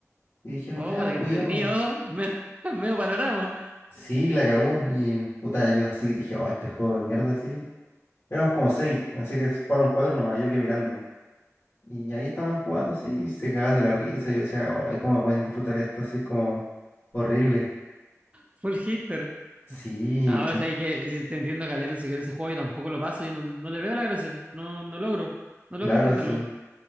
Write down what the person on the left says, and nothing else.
Y dijeron,
ya,
juguemos.
Sí, la cagó. Y puta, yo así dije, oh, este juego de mierda, así. Éramos como seis, así que se jugaron cuatro nomás, y yo quedé mirando. Y ahí estaban jugando así, y se cagando de la risa. Yo decía, ay, ¿cómo pueden disfrutar esto así? Es como horrible.
Sí,
claro,
sí.